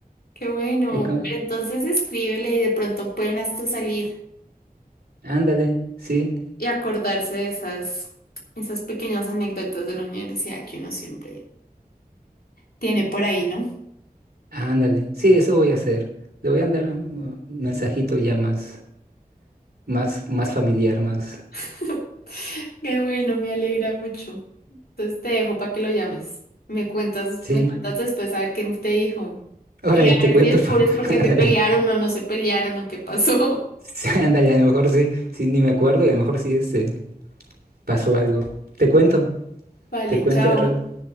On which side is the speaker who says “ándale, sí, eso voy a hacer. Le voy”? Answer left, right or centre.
Right